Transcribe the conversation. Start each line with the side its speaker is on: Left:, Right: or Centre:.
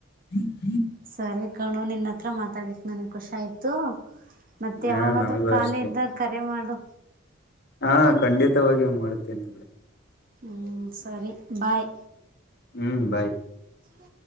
Left: ಹ್ಮ ಹ ಹ
Right: ಸರಿ ಕಣು ನಿನ್ತ್ರ ಮಾತಾಡ್ಲಿಕ್ ನನ್ಗ್ ಖುಷಾಯ್ತು ಮತ್ತೆ
Left: ಹಾ
Right: ಯಾವಾಗಾದ್ರೂ
Left: ನನಗೂ
Right: ಕಖಾಲಿ
Left: ಅಷ್ಟೆ
Right: ಇದ್ದಾಗ ಕರೆ ಮಾಡು
Left: ಹಾ ಖಂಡಿತವಾಗಿ ಮಾಡುತ್ತೇನೆಿ ಬಿಡ
Right: ಹಞ ಸರಿ ಬಾಯ್
Left: ಹ್ಮ್ ಬಾಯ್
Right: ಇ